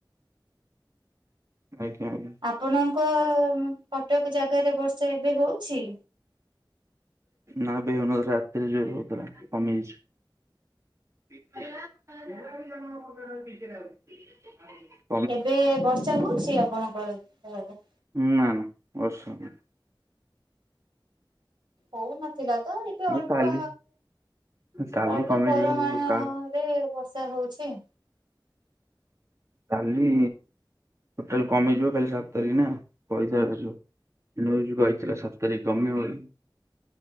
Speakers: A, on the right; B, on the right.
A: ଆଜ୍ଞା ଆଜ୍ଞା।
B: ଆପଣଙ୍କ କଟକ ଜାଗାରେ ବର୍ଷା ଏବେ ହଉଛି।
A: ନା <unintelligible> ରାତିରେ ଯ ହଉଥିଲା କମିଯାଇଛି। <unintelligible>
B: ଏବେ ବର୍ଷା ହଉଛି ଆପଣଙ୍କ ଜାଗାରେ।
A: ନା ନା <unintelligible>
B: ହଉନଥିଲା ତ ଏ
A: ନାହିଁ
B: ଏ ଅଳ୍ପ
A: କାଲି କାଲି
B: ଅଳ୍ପ
A: କମିଯିବ
B: ପରିମାଣ
A: କା
B: ରେ ବର୍ଷା ହଉଛି
A: କାଲି ଟୋଟାଲ୍ କମିଯିବ କାଲି ସାତ୍ ତାରିଖ ନା ପଇସାର ନଉ ଯୁ କହିଥିଲା ସାତ୍ ତାରିଖ୍ କମିିବ ବୋଲି।